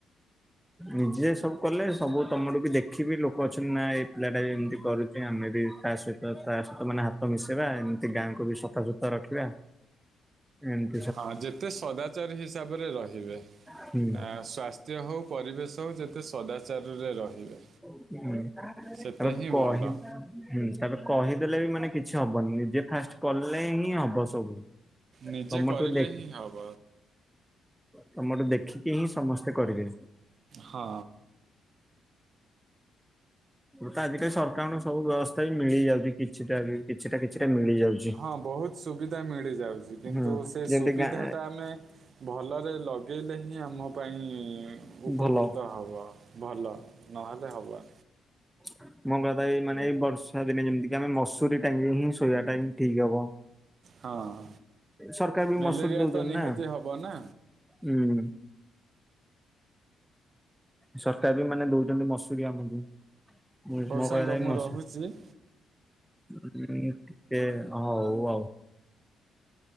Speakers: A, in the centre; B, on the right.
A: ନିଜେ ସବୁ କଲେ ସବୁ ତମଠୁ ବି ଦେଖିବି ଲୋକ ଅଛନ୍ତି ନା ଏଇ ପିଲା ଟା ବି ଏମିତି କରୁ ଆମେ ବି ତା ସହିତ ତା ସହିତ ମାନେ ହାତ ମିଶେଇବା ଏମିତି ଗାଁକୁ ବି ସଫା ସୁତର ରଖିବା। ହୁଁ।
B: ହଁ ଯେତେ ସଦାଚାରୀ ହିସାବରେ ରହିବେ ଆ
A: ହୁଁ
B: ସ୍ୱାସ୍ଥ୍ୟ ହଉ ପରିବେଶ ହଉ ଯେତେ ସଦାଚାରରେ ରହିବେ।
A: ହୁଁ।
B: ସେତେ
A: ତାପରେ
B: ହିଁ
A: କହି
B: ଭଲ।
A: ହୁଁ ତାପରେ କହିଦେଲେ ବି ମାନେ କିଛି ହବନି ନିଜେ ଫାଷ୍ଟ କଲେ ହିଁ ହବ ସବୁ।
B: ନିଜେ
A: ତମଠୁ
B: କରିଲେ
A: ଦେଖ
B: ହିଁ ହବ
A: ତମଠୁ ଦେଖିକି ହିଁ ସ ସମସ୍ତେ କରିବେ।
B: ହଁ।
A: ତ ଆଜିକାଲି ସରକାରଙ୍କ ସବୁ ବ୍ୟବସ୍ଥା ବି ମିଳିଯାଉଛି କିଛିଟା ବି କିଛିଟା କିଛିଟା ମିଳିଯାଉ
B: ହଁ ବହୁତ ସୁବିଧା ମିଳିଯାଉଛି କିନ୍ତୁ
A: ହୁଁ
B: ସେ
A: ଯେମିତି
B: ସୁବିଧାଟା
A: ଗାଁ
B: ଆମେ ଭଲରେ ଲଗେଇଲେ ହିଁ ଆମ ପାଇଁ ଉପକୃତ
A: ଭଲ
B: ହବ ଭଲ ନହେଲେ ହବ
A: ହୁଁ ମଙ୍ଗଦାଇ ମାନେଇ ବର୍ଷା ଦିନେ ଯେମିତି କିି ଆମେ ମସୁରୀ ଟାଙ୍କ ହିଁ ଶୋଇବା ଟା ହିଁ ଠିକ୍ ହବ।
B: ହଁ
A: ସରକାର ବି
B: ମ୍ୟାଲେରିଆ
A: ମସୁରୀ ଦଉଛନ୍ତି
B: ତ ନିହାତି
A: ନା।
B: ହବ ନା
A: ହୁଁ। ସରକାର ବି ମାନେ ଦଉଛନ୍ତି ମସୁୁରୀ ଆମକୁ। ମୋ କହିବା
B: ହଉ ସାଙ୍ଗ
A: କଥା କି
B: ମୁଁ
A: ମସୁ
B: ରହୁଛି
A: ଉଁ ଟିକେ ହଉ ଆଉ।